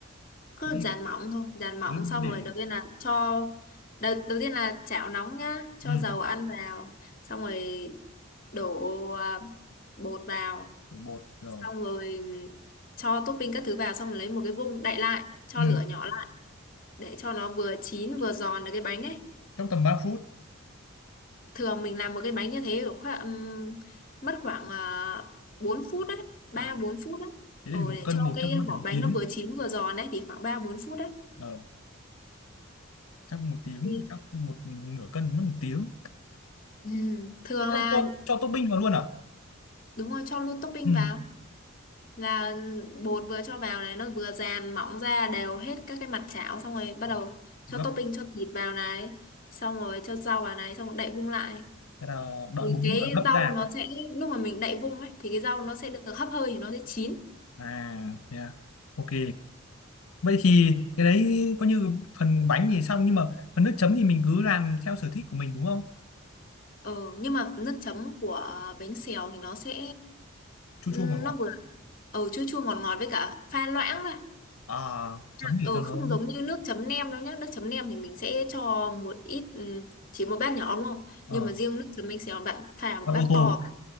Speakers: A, on the left; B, on the left.
A: cứ
B: thế thì
A: dàn mỏng thôi dàn mỏng
B: cứ
A: xong
B: để
A: rồi đầu tiên là cho đầu, đầu tiên là chảo nóng nhá cho
B: ừ,
A: dầu ăn vào xong rồi đổ à, bột vào
B: để bột rồi
A: xong rồi ừm, cho topping các thứ vào xong rồi lấy một cái vung đậy lại cho
B: ừ,
A: lửa nhỏ lại để cho nó vừa chín vừa giòn được cái bánh ấy
B: trong tầm 3 phút
A: thường mình làm một cái bánh như thế kiểu khoảng, ừm, mất khoảng uh, 4 phút đấy, ba
B: à
A: bốn phút đấy.
B: thế
A: Ờ
B: thì một
A: để
B: cân
A: cho
B: bột
A: cái
B: chắc mất
A: vỏ
B: một
A: bánh
B: tiếng
A: nó vừa chín vừa giòn đấy thì khoảng 3 4 phút đấy.
B: ờ chắc một tiếng
A: Thì,
B: chắc một nửa cân mất một tiếng
A: ừm, thường
B: thế xong
A: là
B: cho cho topping vào luôn à
A: đúng rồi cho luôn topping
B: ừ
A: vào là bột vừa cho vào này nó vừa dàn mỏng ra đều hết các cái mặt chảo xong rồi bắt
B: Ờ,
A: đầu cho
B: gấp
A: topping cho thịt vào này xong rồi cho rau vào này xong rồi đậy vung lại
B: thế là đợi
A: thì
B: 4
A: cái
B: phút là gấp
A: rau
B: ra
A: nó sẽ lúc mà mình đậy vung ấy thì cái rau nó sẽ được hấp hơi thì nó sẽ chín
B: À, yeah. Ok. Vậy thì cái đấy coi như phần bánh thì xong nhưng mà phần nước chấm thì mình cứ làm theo sở thích của mình đúng không?
A: Ờ, nhưng mà nước chấm của bánh xèo thì nó sẽ
B: Chua
A: ừ,
B: chua ngọt ngọt.
A: nó vừa ờ chua chua ngọt ngọt với cả pha loãng thôi.
B: À, chấm để
A: Ờ
B: cho nó
A: không giống như nước chấm nem đâu nhá. Nước chấm nem thì mình sẽ cho một ít ừ, chỉ một bát nhỏ đúng không?
B: ờ
A: Nhưng mà riêng nước chấm bánh xèo bạn pha một
B: con
A: bát
B: ô tô.
A: to vào.